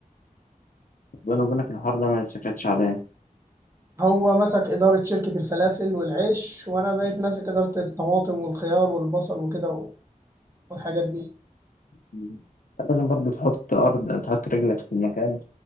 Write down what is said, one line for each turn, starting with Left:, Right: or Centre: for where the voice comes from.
Left: ربنا وبينك الحوار ده ما يتسكتش عليه
Right: هو مسك إدارة شركة الفلافل والعيش وأنا بقيت ماسك إدارة الطماطم والخيار والبصل وكده و- والحاجات دي
Left: مم. لازم برضو تحط أرض تحط رجلك في المكان